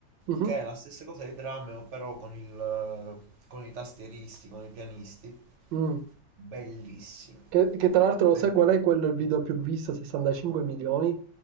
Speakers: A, on the right; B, on the right.
A: Mhm.
B: che è la stessa cosa di Drameo, però con il, eh, con i tastieristi, con i pianisti.
A: Mm.
B: Bellissimo.
A: Che, che tra l'altro
B: Ben-
A: lo sai qual è quel video più visto, 65 milioni?